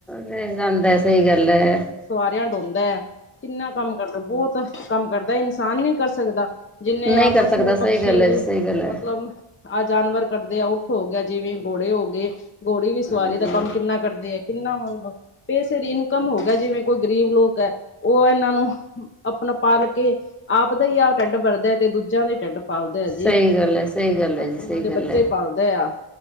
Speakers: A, in the centre; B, on the left.
A: ਰਹ ਜਾਂਦਾ ਐ, ਸਹੀ ਗੱਲ ਐ।
B: ਸਵਾਰਿਆਂ ਡੋਂਦਾ ਹੈ, ਕਿੰਨਾ ਕੰਮ ਕਰਦਾ, ਬੋਤ ਕੰਮ ਕਰਦਾ ਇਨਸਾਨ ਨੀ ਕਰ ਸਕਦਾ। ਜਿੰਨੇ
A: ਨਹੀਂ
B: ਆ
A: ਕਰ
B: ਪਸ਼ੂ-ਪਕਸ਼ੀ
A: ਸਕਦਾ ਸਹੀ ਗੱਲ ਹੈ ਜੀ ਸਹੀ ਗੱਲ ਹੈ
B: ਮਤਲਬ ਆਹ ਜਾਨਵਰ ਕਰਦੇ ਆ, ਊੱਠ ਹੋ ਗਿਆ ਜਿਵੇਂ, ਘੋੜੇ ਹੋ ਗਏ, ਘੋੜੇ ਵੀ ਸਵਾਰੀ
A: ਹਾਂਜੀ
B: ਦਾ ਕੰਮ ਕਿੰਨਾ ਕਰਦੇ ਐ। ਕਿੰਨਾ ਮਤਲਬ ਪੈਸੇ ਦੀ ਇਨਕਮ ਹੋ ਗਿਆ, ਜਿਵੇਂ ਕੋਈ ਗਰੀਬ ਲੋਕ ਐ ਓ ਏਨਾਂ ਨੂੰ ਆਪਣਾ ਪਾਲ ਕੇ ਆਪ ਦਾ ਹੀ ਆਪ ਹੀ ਢਿੱਡ ਵਰਦਾ ਤੇ ਦੂਜਿਆਂ ਦਾ ਢਿੱਡ ਪਾਲਦੇ ਐ ਜੀ,
A: ਸਹੀ ਗੱਲ ਹੈ ਸਹੀ ਗੱਲ ਹੈ ਜੀ ਸਹੀ
B: ਓਨਾਂ ਦੇ
A: ਗੱਲ
B: ਬੱਚੇ
A: ਹੈ
B: ਹੀ ਪਲਦੇ ਆ।